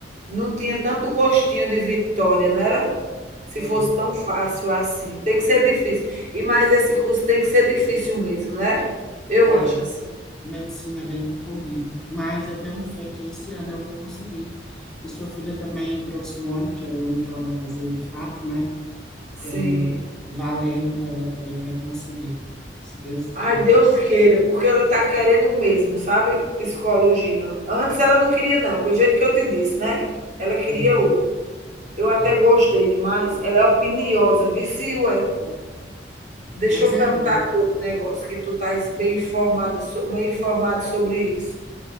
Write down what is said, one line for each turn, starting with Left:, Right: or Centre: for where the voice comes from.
Right: não tinha tanto gostinho de vitória, não era? Se
Centre: É,
Right: fosse tão fácil assim. Tem que ser difícil. E mais esse curso tem que ser difícil mesmo, né? Eu
Centre: é.
Right: acho assim.
Centre: Medicina é bem concorrido, mas eu tenho fé que esse ano eu vou conseguir. E sua filha também, próximo ano, que é o ano que ela vai fazer de fato, né?
Right: Sim.
Centre: Como valendo, então ela também vai conseguir, se Deus quiser.
Right: Ai, Deus queira, porque ela está querendo mesmo, sabe? Psicologia. Antes ela não queria, não, do jeito que eu te disse, né? Ela queria
Centre: Aham,
Right: outro. Eu até
Centre: é.
Right: gostei demais. Ela é opiniosa, viu, Wellington. Deixa
Centre: Mas
Right: eu
Centre: é
Right: perguntar
Centre: bom,
Right: a tu outro negócio, que tu estás bem informada, so- bem informado sobre isso.